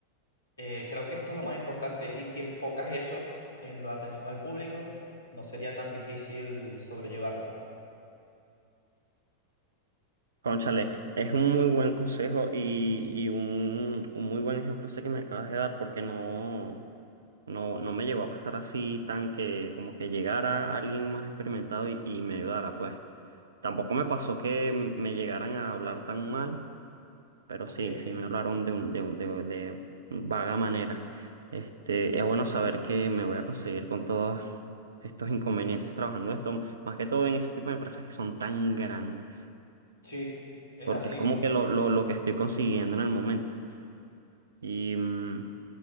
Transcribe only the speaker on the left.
Eh, creo que esto
es lo más importante y si enfocas eso en la atención al público, no sería tan difícil sobrellevarlo.
Ok,
sí, es
así.